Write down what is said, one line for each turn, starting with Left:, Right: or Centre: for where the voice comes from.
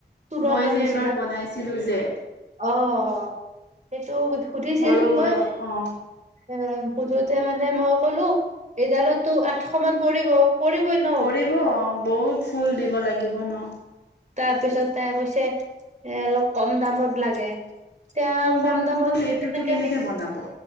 Right: তোৰণৰ
Left: মই যে
Right: নিচিনা
Left: এবাৰ বনাইছিলো যে।
Right: অ, অ, সেইটো সুধিছিল,
Left: সৰু সৰু
Right: মই
Left: অ
Right: এ, সোধোতে মানে মই ক'লো, এইডালতো আঠশ মান পৰিব পৰিবই <unintelligible>
Left: পৰিব বহুত ফুল দিব লাগিব ন!
Right: তাৰপিছত এ কৈছে, এ অলপ কম দামত লাগে। তেওঁ কম
Left: দামতো
Right: দামত
Left: সেইটোতো
Right: কেনেকে দি
Left: বনাব।